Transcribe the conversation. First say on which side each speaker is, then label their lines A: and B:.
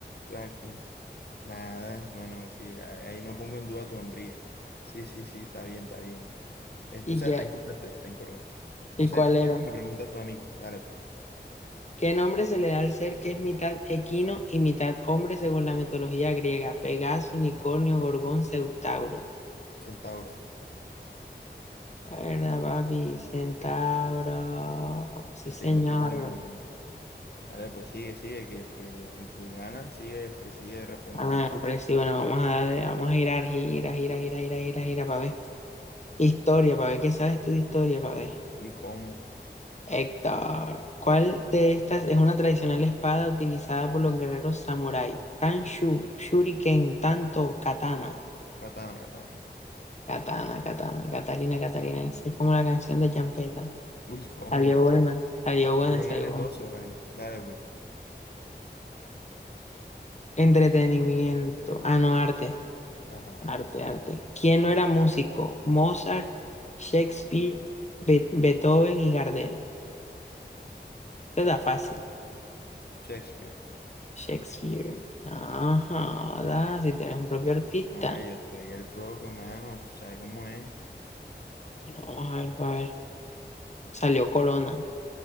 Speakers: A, on the left; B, on the left.
A: Blackpink. Nada, bueno, sí, ahí ahí no pongo en duda tu hombría. Sí, sí, sí, está bien, está bien. Es-
B: ¿Y
A: O sea,
B: qué?
A: está incorrecto, ya está incorrecto. Entonces,
B: ¿Y cuál era?
A: ahora me preguntas tú a mí. Dale, pues.
B: ¿Qué nombre se le da al ser que es mitad equino y mitad hombre según la mitología griega? Pegaso, unicornio, gorgón, centauro.
A: Centauro.
B: ¿Verdad, papi? Centauro. Sí,
A: Viste
B: señor.
A: que soy culemón. Dale, pues sigue, sigue, que el que, el que gana sigue, pre- sigue respondiendo.
B: Ah, hombre, sí, bueno, vamos a darle, vamos a girar, gira, gira, gira, gira, gira, gira, para ver. Historia, para ver qué sabes tú de historia, para ver.
A: Uy, cómo.
B: Héctor, ¿cuál de estas es una tradicional espada utilizada por los guerreros samurái? Kanshu, Shuriken, Tanto, Katana.
A: Katana, katana.
B: Katana, Katana, Catalina, Catalina. Esa es como la canción de Champeta.
A: <laughs> Uy, cómo.
B: Salió buena, salió buena,
A: Bien
B: salió
A: aletoso,
B: buena.
A: dale. Dale, pues.
B: Entretenimiento. Ah, no, arte.
A: Ajá.
B: Arte, arte. ¿Quién no era músico? Mozart, Shakespeare, Be- Beethoven y Gardel. Esta está fácil.
A: Shakespeare.
B: Shakespeare. Ajá, ¿verdad? Si tienes un propio artista.
A: Ay, yo soy el propio, mano. ¿Tú sabes cómo es?
B: Bueno, vamos a ver, para ver. Salió Corona.